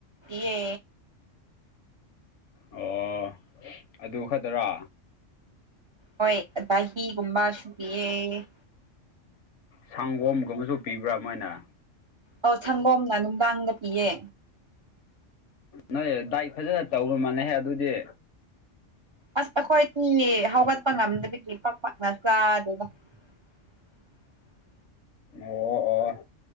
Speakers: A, on the right; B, on the left.
A: ꯌꯦ
B: ꯑꯣ ꯑꯗꯨ ꯈꯗꯔꯣ
A: ꯍꯣꯏ ꯗꯥꯍꯤꯒꯨꯝꯕ ꯁꯨꯌꯦ
B: ꯁꯪꯒꯣꯝꯒꯨꯝꯕꯁꯨ ꯄꯤꯕ꯭ꯔꯥ ꯃꯣꯏꯅ
A: ꯑꯧ ꯁꯪꯒꯣꯝꯅ ꯅꯨꯡꯗꯥꯡꯗ ꯄꯤꯌꯦ
B: ꯅꯣꯏ ꯗꯥꯏꯛ ꯐꯖꯅ ꯇꯧꯕ ꯃꯥꯥꯟꯅꯦꯍꯦ ꯑꯗꯨꯗꯤ
A: ꯑꯁ ꯑꯩꯈꯣꯏꯗꯤ ꯍꯧꯒꯠꯄ ꯉꯝꯗꯕꯒꯤ ꯄꯥꯛ ꯄꯥꯛꯅ ꯆꯥꯗꯦꯗ <inaudible>
B: ꯑꯣ ꯑꯣ ꯑꯣ